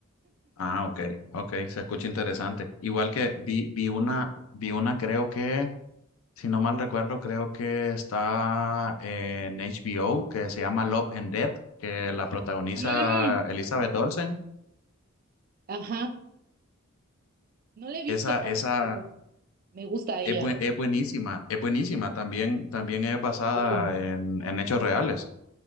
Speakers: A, on the left; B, on the right.
A: ah, ok, ok, se escucha interesante. Igual que vi, vi una, vi una creo que Si no mal recuerdo, creo que está en HBO, que se llama Love and Death, que la protagoniza
B: Mm,
A: Elizabeth Olsen.
B: ajá, no la he visto,
A: Esa, esa
B: pero me gusta ella.
A: es, bu- es buenísima, es buenísima. También, también es basada
B: Lo juro.
A: en, en hechos reales.